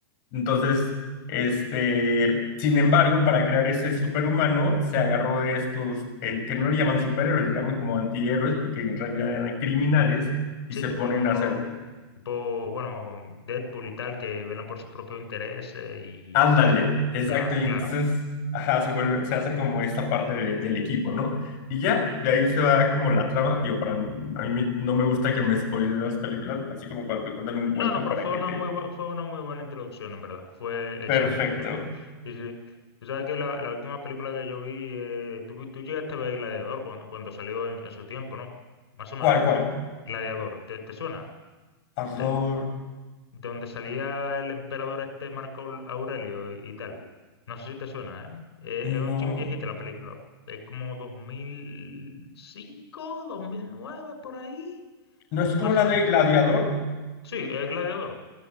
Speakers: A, on the left; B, on the left.
A: Entonces, este, sin embargo, para crear ese superhumano, se agarró de estos, eh, que no le llaman superhéroes, le llaman como antihéroes, porque en realidad eran criminales y
B: Sí,
A: se
B: tipo,
A: ponen a hacer
B: tipo, bueno, con Deadpool y tal, que velan por sus propios intereses y
A: Ándale, exacto.
B: y ya,
A: Y
B: claro.
A: entonces, ajá, se vuelve, se hace como esta parte de- del equipo, ¿no? Y ya, de ahí se va como la trama. Digo, para, a mí me- no me gusta que me spoilen las películas, así como cuando te cuentan un
B: No,
A: cuento
B: no, pero
A: para
B: fue
A: que
B: una
A: te...
B: muy, bu- fue una muy buena introducción, en verdad. Fue excelente
A: Perfecto.
B: introducción. Sí, sí. Tú sabes que la, la última película que yo vi, eh, tú, tú llegaste a ver Gladiador cuando, cuando salió en, en su tiempo, ¿no? Más o menos.
A: ¿Cuál, cuál?
B: Gladiador, ¿te, te suena?
A: Horror.
B: De, de donde salía el emperador este Marco Aul- Aurelio y, y tal. No sé si te suena, ¿eh?
A: No.
B: Eh, Es un chin viejita la película. Es como 2005, 2009, por ahí.
A: ¿No es como
B: Más
A: la
B: o
A: de
B: menos.
A: Gladiador?
B: Sí, es Gladiador.